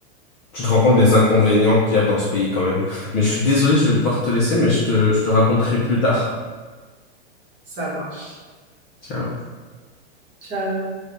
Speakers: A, on the left; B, on the right.
A: tu te rends compte des inconvénients qu'il y a dans ce pays quand même. Mais je suis désolé, je vais devoir te laisser, mais je te, je te raconterai plus tard.
B: Ça marche.
A: Ciao.
B: Ciao.